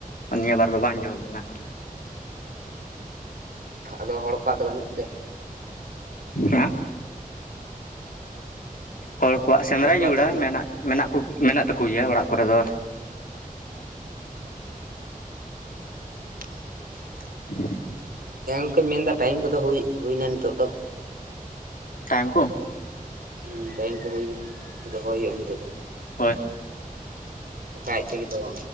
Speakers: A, on the left; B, on the right.
A: ᱱᱤᱭᱟᱹ ᱵᱟᱨ ᱫᱚ ᱵᱟᱝ ᱡᱚ ᱞᱮᱱᱟ᱾
B: ᱟᱫᱚ ᱦᱚᱲ ᱠᱚᱣᱟ-ᱜ ᱫᱚ ᱵᱟᱹᱱᱩᱜ ᱛᱮ?
A: ᱦᱮᱸ ᱦᱚᱲ ᱠᱚᱣᱟᱜ ᱥᱮᱸᱫᱽᱨᱟ
B: ᱦᱚᱲ
A: ᱜᱮ ᱵᱤᱲᱟᱹᱣᱟ᱾
B: ᱫᱚ ᱵᱟᱹᱱᱩᱜ
A: ᱢᱮᱱᱟᱜ, ᱢᱮᱱᱟᱜ ᱠᱚ ᱢᱮᱱᱟᱜ ᱛᱟᱠᱚ ᱜᱮᱭᱟ ᱚᱲᱟᱜ ᱠᱚᱨᱮ ᱫᱚ᱾
B: <inaudible>
A: <inaudible>
B: ᱦᱮᱸ ᱜᱚᱝᱠᱮᱧ ᱢᱮᱱᱫᱟ ᱾ ᱴᱟᱭᱹᱤᱢ ᱠᱚᱼᱫᱚ ᱦᱩᱭ ᱮᱱᱟ ᱱᱤᱛᱚᱜ ᱫᱚ᱾
A: ᱴᱟᱭᱤᱢ ᱠᱚ?
B: ᱦᱩᱸ ᱴᱟᱭᱤᱢ ᱠᱚ ᱦᱩᱭᱱᱟ᱾ ᱫᱚᱦᱚᱭ ᱦᱩᱭᱩᱜᱼᱟ ᱱᱤᱛᱳᱜ ᱫᱚ᱾
A: ᱦᱚᱭ
B: ᱟᱡ ᱛᱮ ᱜᱮᱫᱚᱜᱼᱟ᱾